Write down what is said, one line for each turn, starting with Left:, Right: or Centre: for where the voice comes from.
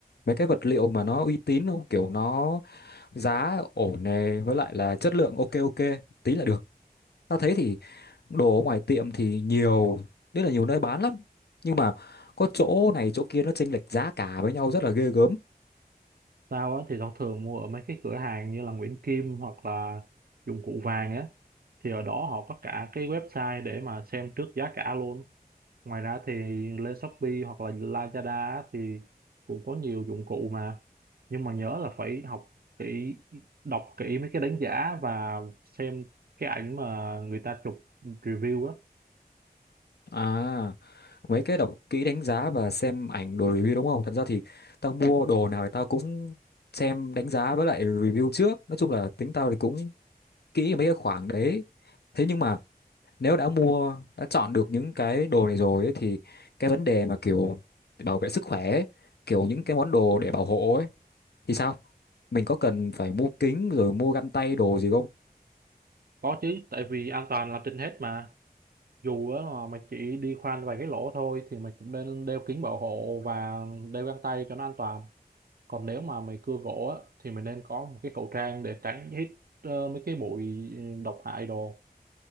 Left: mấy cái vật liệu mà nó uy tín không kiểu nó giá ổn nè với lại là chất lượng ok ok tí là được tao thấy thì đồ ở ngoài tiệm thì nhiều rất là nhiều nơi bán lắm nhưng mà có chỗ này chỗ kia nó chênh lệch giá cả với nhau rất là ghê gớm
Right: tao á, thì tao thường mua ở mấy cái cửa hàng như là Nguyễn Kim hoặc là dụng cụ vàng á thì ở đó họ có cả cái website để mà xem trước giá cả luôn ngoài ra thì lên Shopee hoặc là Lazada á thì cũng có nhiều dụng cụ mà nhưng mà nhớ là phải học kỹ đọc kỹ mấy cái đánh giá và xem cái ảnh mà người ta chụp review á
Left: à mấy cái đọc kỹ đánh giá và xem ảnh đồ review đúng không thật ra thì tao mua đồ nào thì tao cũng xem đánh giá với lại review trước nói chung là tính tao thì cũng kỹ ở mấy cái khoảng đấy thế nhưng mà nếu đã mua đã chọn được những cái đồ này rồi ấy, thì cái vấn đề mà kiểu bảo vệ sức khỏe ấy, kiểu những cái món đồ để bảo hộ ấy thì sao mình có cần phải mua kính rồi mua găng tay đồ gì không
Right: có chứ tại vì an toàn là trên hết mà dù á là mày chỉ đi khoan vài cái lỗ thôi thì mày cũng nên đeo kính bảo hộ và đeo găng tay cho nó an toàn còn nếu mà mày cưa gỗ á thì mày nên có một cái khẩu trang để tránh hít ờ, mấy cái bụi độc hại đồ